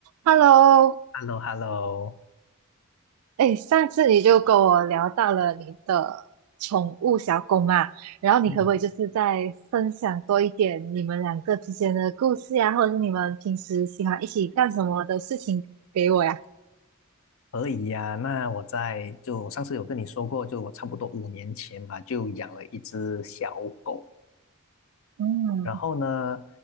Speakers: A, on the right; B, on the left.
A: Hello，
B: h e l l o h e l l o
A: 哎，上次你就跟我聊到了你的宠物小狗嘛，然后你可不可以就是再分享多一点你们两个之间的故事呀，
B: 嗯
A: 或者是你们平时喜欢一起干什么的事情给我呀？
B: 可以呀、那我在就上次有跟你说过，就我差不多五年前吧，就养了一只小狗。
A: 嗯，
B: 然后呢，